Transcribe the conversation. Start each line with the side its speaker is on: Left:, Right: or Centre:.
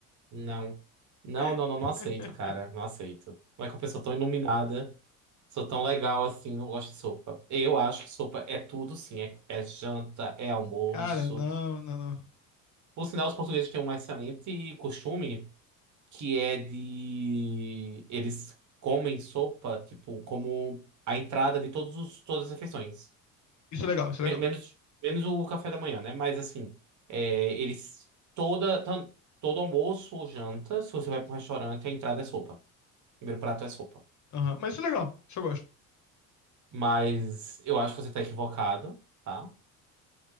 Right: não, não,
Left: <laughs>
Right: não, não, não aceito, cara. Não aceito. Como é que uma pessoa tão iluminada. Sou tão legal assim, não gosto de sopa. Eu acho que sopa é tudo, sim. É, é janta, é almoço.
Left: Cara, não, não, não.
Right: Por sinal, os portugueses têm um excelente costume que é de. Eles comem sopa, tipo, como a entrada de todos os, todas as refeições.
Left: Isso é legal, isso é
Right: Me-
Left: legal.
Right: menos, menos o café da manhã, né? Mas assim, é, eles. Toda, tan- todo almoço ou janta, se você vai para um restaurante, a entrada é sopa. O primeiro prato é sopa.
Left: Aham, Mas isso é legal, isso eu gosto.
Right: Mas eu acho que você está equivocado, tá?